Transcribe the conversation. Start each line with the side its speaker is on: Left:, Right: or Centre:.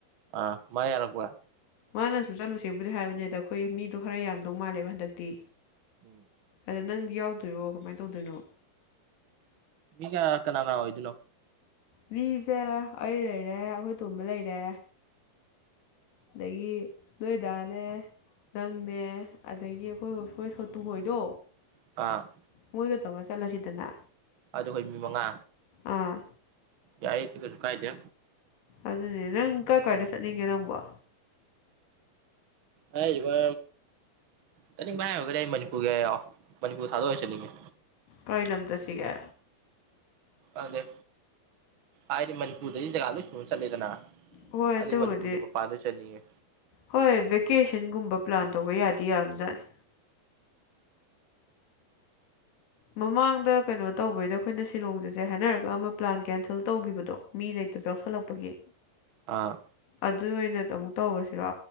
Right: ꯑ ꯃꯥ ꯌꯥꯔꯛꯄꯔꯥ
Left: ꯃꯥꯅꯁꯨ ꯆꯠꯂꯨꯁꯦꯕꯨꯗꯤ ꯍꯥꯏꯕꯅꯤꯗ ꯑꯩꯈꯣꯏ ꯃꯤꯗꯣ ꯈꯔ ꯌꯥꯝꯗꯧ ꯃꯥꯜꯂꯦꯕ ꯍꯟꯗꯛꯇꯤ
Right: ꯎꯝ
Left: ꯑꯗ ꯅꯪꯗꯤ ꯌꯥꯎꯗꯣꯏꯔꯣ ꯀꯃꯥꯏꯅ ꯇꯧꯗꯣꯏꯅꯣ
Right: ꯃꯤ ꯀꯌꯥ ꯀꯅꯥ ꯀꯅꯥ ꯑꯣꯏꯗꯣꯏꯅꯣ
Left: ꯃꯤꯁꯦ ꯑꯩ ꯂꯩꯔꯦ ꯑꯩꯈꯣꯏ ꯇꯣꯝꯕ ꯂꯩꯔꯦ ꯑꯗꯒꯤ ꯅꯣꯏꯗꯥꯅꯦ ꯅꯪꯅꯦ ꯑꯗꯒꯤ ꯑꯩꯈꯣꯏꯁꯣꯏ ꯁꯣꯠꯇꯨ ꯍꯣꯏꯗꯣ
Right: ꯑꯥ
Left: ꯃꯣꯏꯒ ꯇꯧꯔ ꯆꯠꯂꯁꯤꯗꯅ
Right: ꯑꯗꯨ ꯑꯩꯈꯣꯏ ꯃꯤ ꯃꯉꯥ
Left: ꯑꯥ
Right: ꯌꯥꯏꯌꯦ ꯀꯩꯁꯨ ꯀꯥꯏꯗꯦ
Left: ꯑꯗꯨꯅꯦ ꯅꯪ ꯀꯥꯏ ꯀꯥꯏꯗ ꯆꯠꯅꯤꯡꯒꯦ ꯅꯪꯕꯣ
Right: ꯍꯥꯏꯔꯤꯕ ꯆꯥꯅꯤꯡꯕ ꯍꯥꯏꯔꯒꯗꯤ ꯃꯅꯤꯄꯨꯔꯒꯤ <unintelligible> ꯃꯅꯤꯄꯨꯔ ꯊꯥꯗꯣ ꯑꯣꯏ ꯆꯠꯅꯤꯡꯉꯦ
Left: ꯀꯩ ꯂꯝ ꯆꯠꯁꯤꯒꯦ
Right: ꯑꯗꯨꯗ ꯍꯥꯏꯗꯤ ꯃꯅꯤꯄꯨꯔꯗꯗꯤ ꯖꯒꯥ ꯂꯣꯏ ꯁꯨꯅ ꯆꯠꯂꯦꯗꯅ
Left: ꯍꯣꯏ
Right: ꯑꯩꯗꯤ
Left: ꯑꯗꯨꯕꯨꯗꯤ
Right: ꯃꯅꯤꯄꯨꯔꯒꯤ ꯃꯄꯥꯟꯗ ꯆꯠꯅꯤꯡꯉꯦ
Left: ꯍꯣꯏ ꯚꯦꯀꯦꯁꯟꯒꯨꯝꯕ ꯄ꯭ꯂꯥꯟ ꯇꯧꯕ ꯌꯥꯗꯤ ꯌꯥꯕ ꯖꯥꯠꯅꯤ ꯃꯃꯥꯡꯗ ꯀꯩꯅꯣ ꯇꯧꯕꯩꯗ ꯑꯩꯈꯣꯏꯅ ꯁꯤꯂꯣꯡ ꯆꯠꯁꯦ ꯍꯥꯏꯅꯔꯒ ꯑꯃ ꯄ꯭ꯂꯥꯟ ꯀꯦꯟꯁꯦꯜ ꯇꯧꯒꯤꯕꯗꯣ ꯃꯤ ꯂꯩꯇꯕ ꯌꯥꯎꯁꯜꯂꯛꯄꯒꯤ
Right: ꯑꯥ
Left: ꯑꯗꯨ ꯑꯣꯏꯅ ꯑꯥꯃꯨꯛ ꯇꯧꯔꯁꯤꯔꯣ